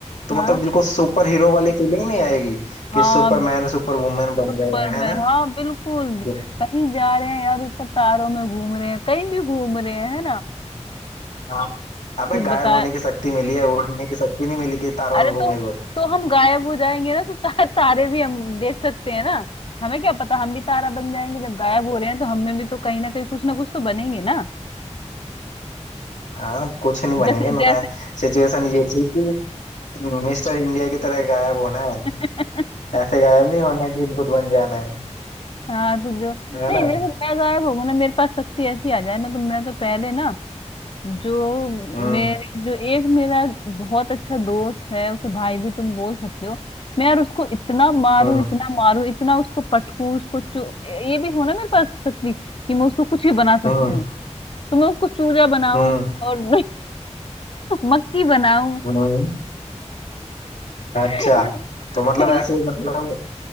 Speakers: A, on the left; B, on the left.
A: तो
B: हाँ
A: मतलब बिल्कुल सुपर हीरो वाली फीलिंग नहीं आएगी
B: हाँ
A: कि सुपरमैन सुपर वुमेन बन
B: सुपरमैन
A: गए हैं है ना
B: हाँ बिल्कुल
A: जी।
B: कहीं जा रहे हैं यार ऊपर तारों में घूम रहे हैं कहीं भी घूम रहे हैं है ना
A: हाँ। अबे
B: फिर
A: गायब
B: बताए
A: होने की शक्ति मिली है उड़ने की शक्ति नहीं मिली कि तारों
B: अरे
A: में घूमे
B: तो
A: हुए
B: तो हम गायब हो जाएंगे ना तो ता, तारे भी हम देख सकते हैं ना हमें क्या पता हम भी तारा बन जाएंगे जब गायब हो रहे हैं तो हमें भी तो कहीं ना कहीं कुछ ना कुछ तो बनेंगे ना
A: हाँ कुछ नहीं बनेंगे
B: जैसे
A: मैं
B: जैसे
A: सिचुएशन ये थी कि मिस्टर इंडिया की तरह गायब होना है
B: <laughs>
A: ऐसे गायब नहीं होना कि भूत बन जाना है
B: हाँ तो जो
A: है
B: नहीं
A: ना
B: जैसे मैं गायब होंगी ना मेरे पास शक्ति ऐसी आ जाए ना तो मैं तो पहले ना जो
A: हम्म
B: मेरी जो एक मेरा बहुत अच्छा दोस्त है उसे भाई भी तुम बोल सकते हो मैं यार उसको इतना मारूं
A: हम्म
B: इतना मारूं इतना उसको पटकूं उसको चू ये भी हो ना मेरे पास शक्ति कि मैं उसको कुछ भी बना सकती
A: हम्म
B: हूँ तो मैं उसको चूजा बनाऊं
A: हम्म
B: और <laughs> मक्खी बनाऊं
A: हम्म, अच्छा
B: <laughs>
A: तो मतलब
B: ये-
A: ऐसे मतलब